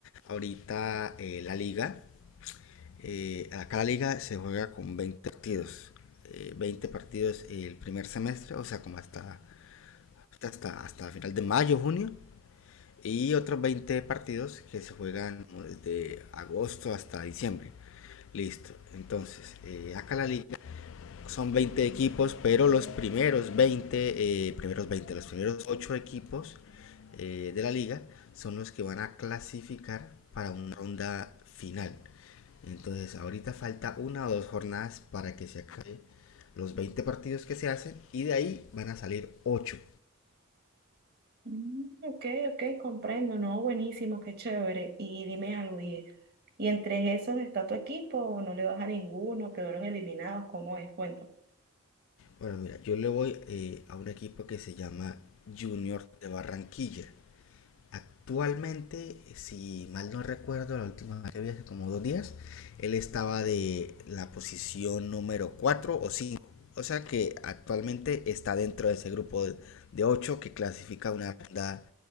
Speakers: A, on the left; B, on the right.
A: ahorita eh, la liga Eh, acá la liga se juega con 20 partidos. eh, 20 partidos el primer semestre, o sea, como hasta, hasta, hasta, hasta final de mayo, junio. Y otros 20 partidos que se juegan desde agosto hasta diciembre. Listo. Entonces, eh, acá la liga son 20 equipos, pero los primeros veinte eh, primeros 20 los primeros 8 equipos eh, de la liga son los que van a clasificar para una ronda final. Entonces ahorita falta una o dos jornadas para que se acabe los 20 partidos que se hacen y de ahí van a salir ocho
B: Mm, Ok, ok, comprendo, no, buenísimo, qué chévere. Y dime algo, ¿y, y entre esos está tu equipo o no le vas a ninguno? ¿Quedaron eliminados? ¿Cómo es? Cuento.
A: Bueno, mira, yo le voy eh, a un equipo que se llama Junior de Barranquilla. Actualmente, eh, si mal no recuerdo, la última vez que vi hace como dos días, él estaba de la posición número 4 o cinco O sea que actualmente está dentro de ese grupo de, 8 que clasifica una ronda